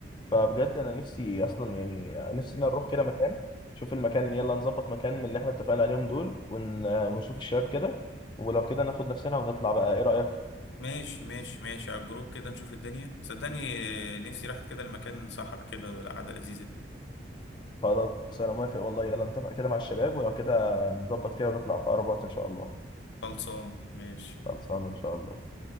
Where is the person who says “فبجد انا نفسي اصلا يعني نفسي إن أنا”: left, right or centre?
Left